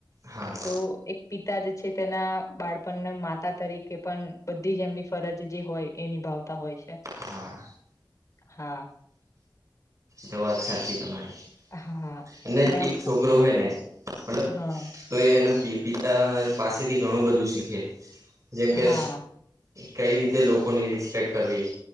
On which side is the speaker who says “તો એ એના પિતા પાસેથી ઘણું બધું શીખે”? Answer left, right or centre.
Right